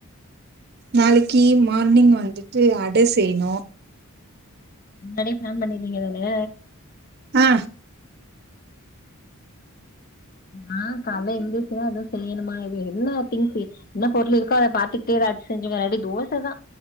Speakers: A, on the right (about 50°); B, on the left (about 45°).
A: நாளைக்கு மார்னிங் வந்துட்டு அட செய்ணு
B: முன்னாடியே பிளான் பண்ணிருவிங்க தான
A: ஆ
B: உம் <inaudible> ஆ காலைல எந்திருச்சுதா எதுவு செய்யணுமா இது என்ன திங்ஸ் என்ன பொருள் இருக்கோ அத பாத்துகிட்டே வே செஞ்சோங்க இல்லாட்டி தோசதா